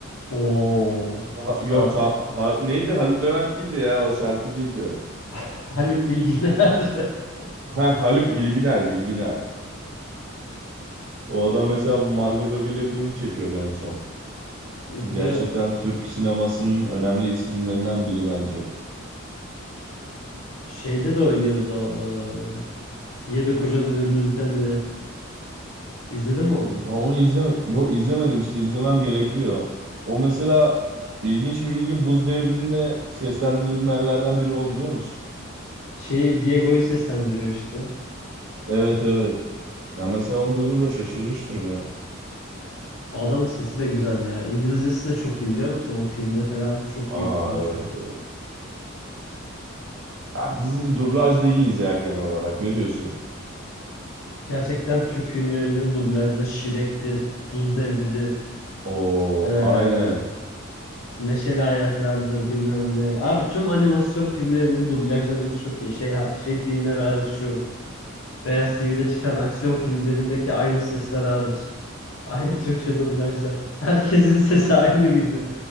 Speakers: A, on the left; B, on the right.
A: Oo, üstad.
B: Ha- yok ha, ha- neydi Haluk Levent değildi ya o şarkıcıydı.
A: <laughs> Haluk Bilginer. <laughs>
B: Ha Haluk Bilginer Bilginer. O adam mesela bu Margot Robbie'yle film çekiyordu en son.
A: Ve
B: Gerçekten Türk sinemasının önemli isimlerinden biri bence.
A: şeyde de oynuyordu. o, e, Yedi Kocalı Hürmüz'de mi ne? İzledin mi onu?
B: Ya onu izleme yok izlemedim işte izlemem gerekiyor. O mesela ilginç bir bilgi Buz Devri'nde seslendirilmeyenlerden biri o biliyor musun?
A: Şey Diego'yu seslendiriyor işte.
B: Evet evet. Ben mesela onu duyduğumda şaşırmıştım ya.
A: O adamın sesi de güzel ya. İngilizcesi de çok iyi biliyor musun? O filmde falan çok
B: Aa
A: iyi konuşuyor.
B: evet evet. Ya biz dublajda iyiyiz ya genel olarak. Ne diyorsun?
A: Gerçekten Türk filmlerinin dublajda Şirek'tir, Buz Devri'dir,
B: Oo
A: e,
B: aynen.
A: Neşeli Ayaklar'dır bilmem ne. Abi tüm animasyon filmlerinde dublajlarımız çok iyi. Şey, şey filmleri hariç şu. Beyaz TV'de çıkan aksiyon filmlerindeki aynı sesler hariç. Aynı Türkçe dublajlar. <laughs> Herkesin sesi aynı gibi.